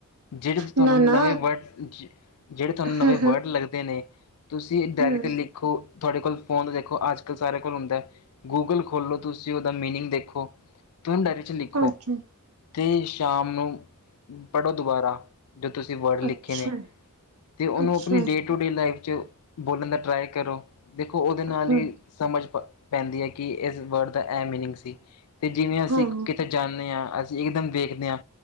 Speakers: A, on the left; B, on the right.
A: ਜਿਹੜੇ ਤੁਹਾਨੂੰ
B: ਨਾ-ਨਾ
A: ਨਵੇਂ ਵਰਡ- ਜਿਹੜੇ ਤੁਹਾਨ
B: ਹੂੰ,
A: ਨਵੇਂ ਵਰਡ ਲੱਗਦੇ ਨੇ, ਨੇ ਤੁਸੀਂ
B: ਹੂੰ,
A: ਡਾਇਰੀ ਤੇ ਲਿਖੋ। ਤੁਹਾਡੇ ਕੋਲ ਫੋਨ ਦੇਖੋ ਅੱਜ ਕੱਲ ਸਾਰਿਆਂ ਕੋਲ ਹੁੰਦਾ ਗੂਗਲ ਖੋਲ੍ਹੋ ਤੁਸੀਂ ਉਹਦਾ ਮੀਨਿੰਗ ਦੇਖੋ ਤੁਸੀਂ ਡਾਇਰੀ ਚ ਲਿਖੋ।
B: ਹੂੰ ਅੱਛਾ।
A: ਅਤੇ ਸ਼ਾਮ ਨੂੰ ਪੜ੍ਹੋ ਦੁਬਾਰਾ। ਜੋ ਤੁਸੀਂ ਵਰਡ ਲਿਖੇ
B: ਅੱਛਾ,
A: ਨੇ, ਤੇ ਉਹਨੂੰ
B: ਅੱਛਾ
A: ਆਪਣੀ ਡੇ ਟੂ ਡੇ, ਲਾਈਫ ਚ ਬੋਲਣ ਦਾ ਟਰਾਈ ਕਰੋ। ਦੇਖੋ ਉਹਦੇ ਨਾਲ
B: ਹਾਂ,
A: ਹੀ ਸਮਝ ਪ ਪੈਂਦੀ ਹੈ ਕਿ ਇਸ ਵਰਡ ਦਾ ਇਹ ਮੀਨਿੰਗ ਸੀ। ਤੇ ਜਿਵੇਂ ਅਸੀਂ
B: ਹਾਂ।
A: ਕਿਥ ਜਾਂਦੇ ਹਾਂ ਅ ਅਸੀਂ ਇੱਕਦਮ ਵੇਖਦੇ ਹਾਂ